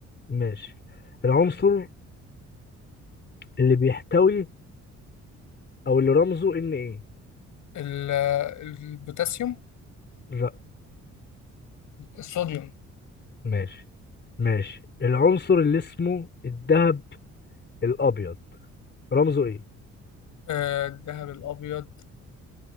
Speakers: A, on the left; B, on the left.
A: ماشي العنصر اللي بيحتوي او اللي رمزه ان ايه
B: ال- البوتاسيوم
A: ر...
B: الصوديوم
A: ماشي ماشي العنصر اللي اسمه الذهب الابيض رمزه ايه
B: آه الذهب الأبيض